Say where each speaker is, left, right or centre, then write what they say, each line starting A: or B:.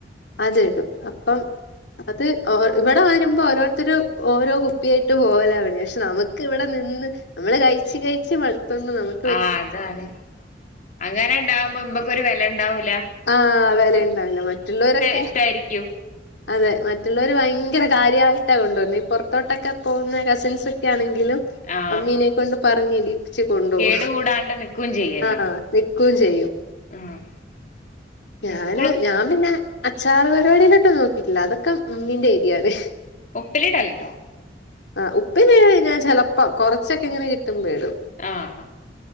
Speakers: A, on the left (about 75°); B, on the left (about 45°).
A: അതിടും അപ്പം അത് ആഹ് അഹ് ഇവിടെ വരുമ്പോ ഓരോരുത്തര് ഓരോ കുപ്പിയായിട്ട് പോവലാ <unintelligible> പക്ഷെ നമു‌ക്കിവിടെ നിന്ന് നമ്മള് കഴിച്ച് കഴിച്ച് മടുത്തോണ്ട് നമു
B: ആഹ് അതാണ് അങ്ങനെ ഇണ്ടാവുമ്പൊ ഇമ്മക്കൊരു വെല എണ്ടാവൂല
A: ആഹ് വെലെണ്ടാവില്ല മറ്റുള്ളരൊക്കെ
B: ഇഷ്ടായിരിക്കും
A: അതെ മറ്റുള്ളവര് ഭയങ്കര കാര്യായിട്ടാ കൊണ്ടുപോന്നേ ഈ പൊറത്തോട്ടക്കെ പോകുന്ന കസിൻസൊക്കെ ആണെങ്കി ലും
B: ആ
A: മമ്മീനെ കൊണ്ട് പറഞ്ഞ് ഇടീപ്പിച്ച് കൊണ്ടുപോ
B: കേട് കൂടാണ്ട് നിക്കും ചെയ്യല്ലോ
A: ആഹ് നി ക്കും ചെയ്യും
B: ആഹ്
A: ഞാന്
B: സ്കൂള്
A: ഞാൻ പിന്നെ അച്ചാറ് പരിപാടിയിലോട്ടൊന്നും നോക്കിട്ടില്ല അതൊക്കെ ഉമ്മീന്റെ ഏരിയാണ്
B: ഉപ്പിലിടലെണ്ടോ
A: ആഹ് ഉപ്പില് ഞാൻ ചെലപ്പം കൊറച്ചൊക്കെ ഇങ്ങനെ കിട്ടുമ്പയിടും
B: ആഹ്